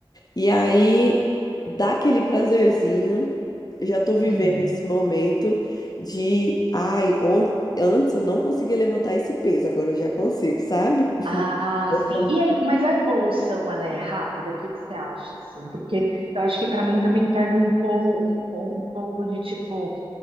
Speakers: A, on the left; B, on the right.
A: E aí, dá aquele prazerzinho. eu Já tô vivendo
B: Uhum.
A: esse momento de, ai, on- antes eu não conseguia levantar esse peso, agora eu já consigo, sabe?
B: Ah,
A: Essa
B: sim. E aí, mas a evolução ela é rápida? O que que você acha, assim? Porque eu acho que para mim também pega um, po, um, po- um pouco de tipo.